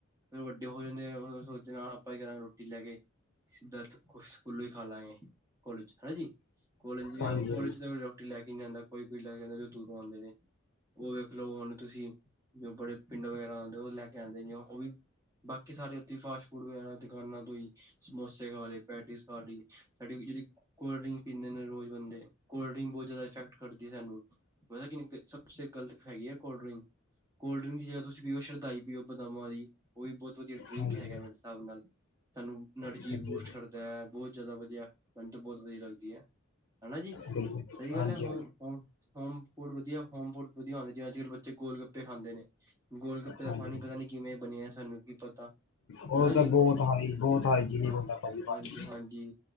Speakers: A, on the right; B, on the left.
A: ਫਿਰ ਵੱਡੇ ਹੋ ਜਾਂਦੇ ਹੈ ਸੋਚਦੇ ਨਾਲ ਆਪਾਂ ਕੀ ਕਰਾਂਗੇ ਰੋਟੀ ਲੈ ਕੇ ਸਿੱਧਾ ਸਕੂਲੋਂ ਹੀ ਖਾ ਲਾਂਗੇ ਕੋਲੇਜ ਹਂਜੀ ਕਾਲੇਜ ਵੀ
B: ਹਾਂਜੀ
A: ਕਾਲੇਜ ਰੋਟੀ ਲੈ ਕੇ ਨੀ ਜਾਂਦਾ ਕੋਈ ਕੋਈ ਲੈ ਕੇ ਆਂਦਾ ਜੋ ਦੂਰੋਂ ਆਉਂਦੇ ਨੇ ਉਹ ਵੇਖ ਲੋ ਹੁਣ ਤੁਸੀਂ ਜੋ ਬੜੇ ਪਿੰਡ ਵਗੈਰਾ ਆਉਂਦੇ ਹੋ ਉਹ ਲੈ ਕੇ ਆਉਂਦੇ ਜੇ ਉਹ ਵੀ ਬਾਕੀ ਸਾਡੇ ਉੱਥੇ ਫਾਸਟ ਫੂਡ ਵਗੈਰਾ ਦੁਕਾਨਾਂ ਤੋਂ ਹੀ ਸਮੋਸੇ ਖਾ ਲਏ ਪੈਟੀਸ ਖਾ ਲਈ ਸਾਡੀ ਜਿਹੜੀ ਕੋਲਡ ਡਰਿੰਕ ਪੀਂਦੇ ਨੇ ਰੋਜ਼ ਬੰਦੇ ਕੋਲਡ ਡਰਿੰਕ ਬਹੁਤ ਜ਼ਿਆਦਾ ਇਫੈਕਟ ਕਰਦੀ ਸਾਨੂੰ ਪਤੈ ਕਿੰ ਸਭ ਸੇ ਗਲਤ ਹੈਗੀ ਹੈ ਕੋਲਡ ਡਰਿੰਕ ਕੋਲਡ ਡਰਿੰਕ ਦੀ ਜਗ੍ਹਾ ਤੁਸੀਂ ਪੀਓ ਸ਼ਰਧਾਈ ਪੀਓ ਬਦਾਮਾਂ ਦੀ ਉਹ ਵੀ ਬਹੁਤ ਵਧੀਆ ਡਰਿੰਕ
B: ਹਾਂਜੀ ਹਾਂਜੀ
A: ਹੈਗਾ ਮੇਰੇ ਹਿਸਾਬ ਨਾਲ ਸਾਨੂੰ ਐਨਰਜੀ
B: ਹਾਂਜੀ
A: ਬੂਸਟ ਕਰਦਾ ਹੈ ਬਹੁਤ ਜ਼ਿਆਦਾ ਵਧੀਆ ਮੈਨੂੰ ਤਾਂ ਬਹੁਤ ਵਧੀਆ ਲੱਗਦੀ ਹੈ ਹੈਨਾ ਜੀ
B: ਬਿਲਕੁਲ।
A: ਸਹੀ ਗੱਲ
B: ਹਾਂਜੀ
A: ਹੈ ਹੋ ਹੋ ਹੋਮ ਫੂਡ ਵਧੀਆ ਹੋਮ ਫੂਡ ਵਧੀਆ ਹੁੰਦਾ ਜਿਵੇਂ ਅੱਜ ਕੱਲ੍ਹ ਬਚੇ ਗੋਲ ਗੱਪੇ ਖਾਂਦੇ ਨੇ ਗੋਲ ਗੱਪੇ ਦਾ
B: ਹਾਂਜੀ
A: ਪਾਣੀ
B: ਹਾਂਜੀ
A: ਪਤਾ ਨੀ ਕਿਵੇਂ ਬਣਿਆ ਸਾਨੂੰ <inaudible>
B: ਉਹ
A: ਹਨਾ
B: ਤਾਂ
A: ਜੀ
B: ਬਹੁਤ ਹਾਂਜੀ ਬਹੁਤ
A: ਹਾਂ
B: ਹਾਈ ਜੀਨਿਕ ਹੁੰਦਾਂ ਭਾਜੀ ਪਾਣੀ
A: ਹਾਂਜੀ ਹਾਂਜੀ